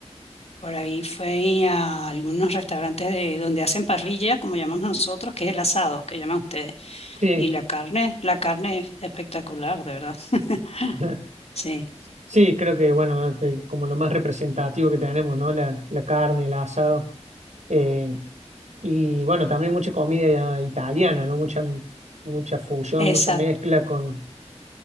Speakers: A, on the left (about 65°); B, on the right (about 85°).
A: Por ahí fue a algunos restaurantes de, donde hacen parrilla, como llamamos nosotros, que es el asado, que llaman ustedes.
B: Sí,
A: Y la carne, la carne es espectacular, de verdad. <laughs>
B: <laughs>
A: Sí,
B: sí, creo que, bueno, es el- como lo más representativo que tenemos, ¿no? La, la carne, el asado. eh, y bueno, también mucha comida italiana, ¿no? Mucha, mucha fusión,
A: exacto.
B: mucha mezcla con...